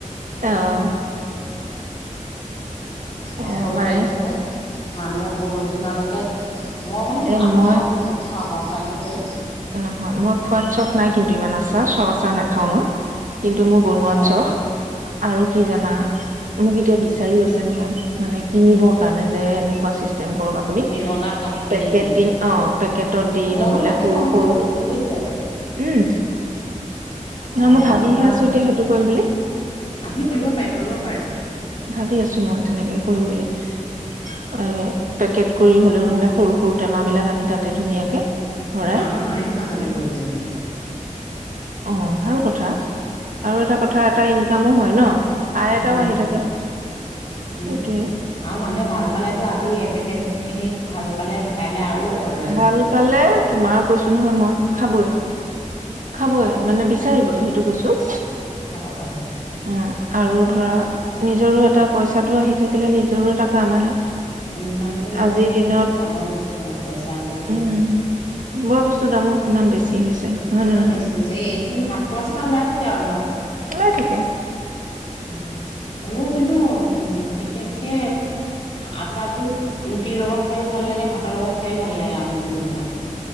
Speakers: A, on the right (about 75°); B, on the left (about 45°).
A: অ'। এ
B: নকৈ
A: মানে
B: পাৰিছে নে। মানুহে বহুত দিনলৈকে মই মানে
A: এ
B: আচামা
A: মই
B: বহুত খাওঁ গম <unintelligible>
A: নহয় মই খোৱাত চখ নাই কিন্তু ইমান আচাৰ চব আচাৰ নাখাওঁ মই। কিন্তু মোৰ বনোৱাত
B: হয়।
A: চখ। আৰু কি জানা মোক এতিয়া বিচাৰিও আছে নহয় মানে কিনিবৰ কাৰণে যে এনেকুৱা চিচ টেম কৰক আপুনি,
B: বনাওক আমি কিনিম
A: পেকেটিং
B: বুলি
A: পেকেটত দি
B: মইয়ো
A: নহলে
B: তাকে
A: সৰু
B: ক'ম বুলি
A: সৰু
B: ভাবছিলো বুইছে
A: উম নহ
B: অ'
A: মই ভাবিহে
B: আপোনাৰ
A: আছো এতিয়া সেইটো কৰিম বুলি
B: আপুনি কৰিব পাৰে কৰিব পাৰে।
A: ভাবি আছো মই তেনেকে কৰিম বুলি এ পেকেট কৰি হলেও নহলে সৰু সৰু টেমাবিলাক আনি তাতে ধুনীয়াকে ভৰাই
B: আমাৰ মায়েও মাজতে কৰিছিলে তেনেকে।
A: অ, ভাল কথা আৰু এটা কথা এটা ইনকামো হয় ন। আয়
B: হয়
A: এটাও
B: হয়।
A: আহি থাকে
B: উম,
A: সেইটোৱে
B: আৰু মানুহে ভাল পালেতো আজি এপেকেট এনেই ভাল পালে এটা <unintelligible> আৰু অৰ্ডাৰ
A: ভাল
B: দিব
A: পালে তোমাৰ কৈছো নহয় মই খাবই খাবই মানে বিচাৰিবই সেইটো কৈছো
B: খাব খাব
A: উম আৰু ধৰা নিজৰো এটা পইচাটো আহি থাকিলে নিজৰো এটা কাম আহে।
B: ইনকামতটো
A: আজিৰ দিনত
B: ডাঙৰ বস্তু আৰু পইচা আজিকালি
A: উম, বৰ বস্তুৰ দাম বোৰ। ইমান বেছি হৈছে হয়
B: কিমান
A: নে নহয়
B: বেছি হৈছে এইটো হাত খৰচ এটা ওলাই থাকে আৰু ধৰক
A: ওলাই থাকে
B: উম। হ'লেও কিন্তু উম বিশেষ বিশেষকে আচাৰটো ৰুটিৰ লগত খাইয়ো ভাল লাগে, ভাতৰ লগত খাইয়ো ভাল লাগে আপুনি বনোৱাটো।